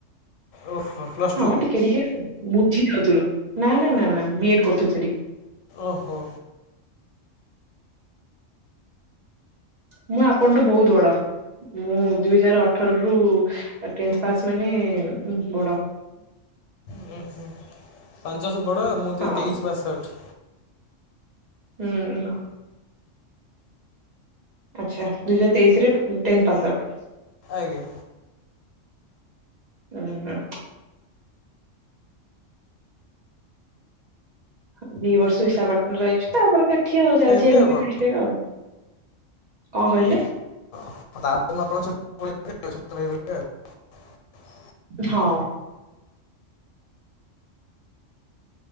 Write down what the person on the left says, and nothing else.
ଓହୋ ପ୍ଲସ୍
ଟୁ
ଓହୋ।
ହୁଁ ହୁଁ। ପାଞ୍ଚ ବର୍ଷ ବଡ। ମୁଁ
ଦୁଇହଜାର ତେଇଶ ପାସ୍ଆଉଟ୍।
ଆଜ୍ଞା।
ହେବି
ଆଉ କଣ।
<unintelligible> ତାରେ ମୁ ଆ। <unintelligible>